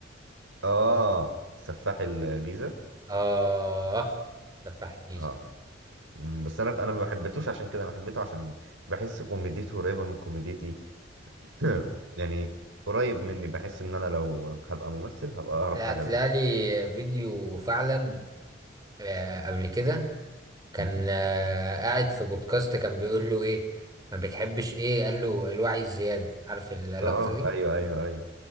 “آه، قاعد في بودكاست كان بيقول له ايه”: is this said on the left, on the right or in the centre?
Right